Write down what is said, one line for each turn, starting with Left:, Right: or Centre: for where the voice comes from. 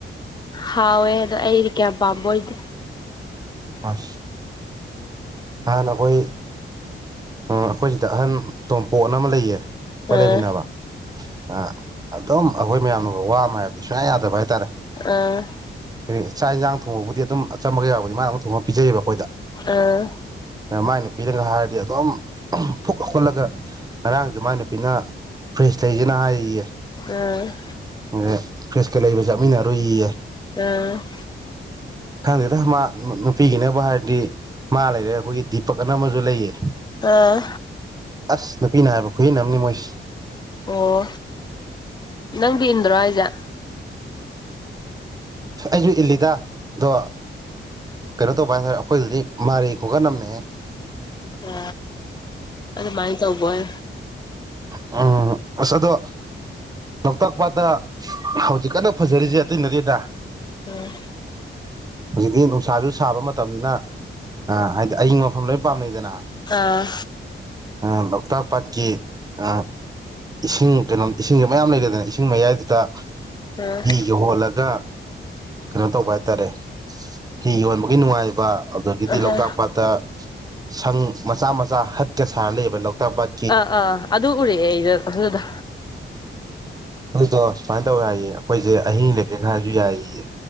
Left: ꯍꯥꯎꯦ ꯑꯗꯨ ꯑꯩꯗꯤ ꯀꯩꯌꯥ ꯄꯥꯝꯕ ꯑꯣꯏꯗꯦ
Right: ꯑ ꯑꯍꯥꯟ ꯑꯩꯈꯣꯏ ꯑꯩꯈꯣꯏ ꯁꯤꯗ ꯑꯍꯟ ꯇꯣꯝꯄꯣꯠ ꯑꯃ ꯂꯩꯌꯦ ꯑꯩꯈꯣꯏ
Left: ꯑꯥ
Right: ꯂꯩꯃꯤꯟꯅꯕ ꯑ ꯑꯗꯨꯝ ꯑꯩꯈꯣꯏ ꯃꯌꯥꯝꯅꯒ ꯋꯥ ꯑꯃ ꯍꯥꯏꯕꯗꯤ ꯁꯨꯡꯌꯥ ꯌꯥꯗꯕ ꯍꯥꯏꯇꯥꯔꯦ
Left: ꯑꯝ
Right: ꯀ ꯆꯥꯛ ꯌꯦꯟꯁꯥꯡ ꯊꯣꯡꯕꯕꯨꯗꯤ ꯑꯗꯨꯝ ꯑꯝꯕꯒ ꯌꯥꯎꯕꯗꯤ ꯃꯥꯅ ꯑꯃ ꯊꯣꯡꯕꯤꯖꯩꯌꯦꯕ ꯑꯩꯈꯣꯏꯗ
Left: ꯑꯥ
Right: ꯃꯥꯏ ꯅꯨꯄꯤꯔꯒ ꯍꯥꯏꯔꯗꯤ ꯑꯗꯨꯝ ꯐꯨꯛ ꯂꯧꯈꯠꯂꯒ ꯉꯔꯥꯡꯁꯨ ꯃꯥꯏ ꯅꯨꯄꯤꯅ ꯐ꯭ꯔꯦꯁ ꯂꯩꯁꯤꯦꯅ ꯍꯥꯏꯔꯤꯌꯦ
Left: ꯎꯝ
Right: ꯑ ꯐ꯭ꯔꯦꯁꯀ ꯂꯩꯕ ꯆꯠꯃꯤꯟꯅꯔꯨꯏꯌꯦꯏ
Left: ꯎꯝ
Right: ꯈꯪꯗꯦꯗ ꯃꯥ ꯅꯨꯄꯤꯒꯤꯅꯕ ꯍꯥꯏꯔꯗꯤ ꯃꯥ ꯂꯩꯔꯦ ꯑꯩꯈꯣꯏꯒꯤ ꯗꯤꯄꯛ ꯑꯅ ꯑꯃꯁꯨ ꯂꯩꯌꯦ
Left: ꯑꯥ
Right: ꯑꯁ ꯅꯨꯄꯤꯅ ꯍꯥꯏꯕ ꯈꯨꯨꯏꯟꯅ ꯑꯃꯅꯤꯅꯤ ꯃꯣꯏꯁ
Left: ꯑꯣ ꯅꯪꯗꯤ ꯏꯟꯗ꯭ꯔꯣ ꯍꯥꯏꯁꯦ
Right: ꯑꯩꯁꯨ ꯏꯜꯂꯤꯗ ꯑꯗꯣ ꯀꯩꯅꯣ ꯇꯧꯕ ꯍꯥꯏꯇꯥꯔꯦ ꯑꯩꯈꯣꯏꯗꯗꯤ ꯃꯥ <unintelligible>
Left: ꯑ ꯑꯗꯨꯃꯥꯏꯅ ꯇꯧꯕꯣꯏ
Right: ꯎꯝ ꯑꯗꯣ ꯂꯣꯛꯇꯥꯛ ꯄꯥꯠꯇ ꯍꯧꯖꯤꯛ ꯀꯟꯅ ꯐꯖꯔꯤꯁꯦ ꯑꯇꯩꯅ ꯀꯩꯗ
Left: ꯎꯝ
Right: ꯍꯧꯖꯤꯛꯇꯤ ꯅꯨꯡꯁꯥꯁꯨ ꯁꯥꯕ ꯃꯇꯝꯅꯤꯅ ꯍꯥꯏꯗꯤ ꯑꯩꯒꯤ ꯃꯐꯝ ꯂꯣꯏꯅ ꯄꯥꯝꯅꯩꯗꯅ
Left: ꯑꯥ
Right: ꯎꯝ ꯂꯣꯛꯇꯥꯛ ꯄꯥꯠꯀꯤ ꯑ ꯏꯁꯤꯡ ꯀꯩꯅꯣ ꯏꯁꯤꯡꯁꯦ ꯃꯌꯥꯝ ꯂꯩꯔꯦꯗꯅ ꯏꯁꯤꯡ ꯃꯌꯥꯏꯗꯨꯗ
Left: ꯎꯝ
Right: ꯌꯧꯍꯣꯜꯂꯒ ꯀꯩꯅꯣ ꯇꯧꯕ ꯍꯥꯏꯇꯥꯔꯦ ꯍꯤ ꯌꯣꯟꯕꯒꯤ ꯅꯨꯡꯉꯥꯏꯕ ꯑꯗꯨꯗꯒꯤꯗꯤ
Left: ꯑꯍꯥ
Right: ꯂꯣꯛꯇꯥꯛ ꯄꯥꯠꯇ ꯁꯪ ꯃꯆꯥ ꯃꯆꯥ ꯍꯠꯀ ꯁꯥꯔ ꯂꯩꯌꯦꯕ ꯂꯣꯛꯇꯥꯛ ꯄꯥꯠ
Left: ꯑꯥ ꯑ ꯑꯗꯨ ꯎꯔꯛ ꯑꯗꯨꯗ
Right: ꯑꯗꯨꯗꯣ ꯁꯨꯃꯥꯏꯅ ꯇꯧꯋꯦ ꯍꯥꯏꯏꯌꯦ ꯑꯩꯈꯣꯏꯁꯦ ꯑꯍꯤꯡ ꯂꯩꯀꯦ ꯍꯥꯏꯔꯁꯨ ꯌꯥꯏꯌꯦ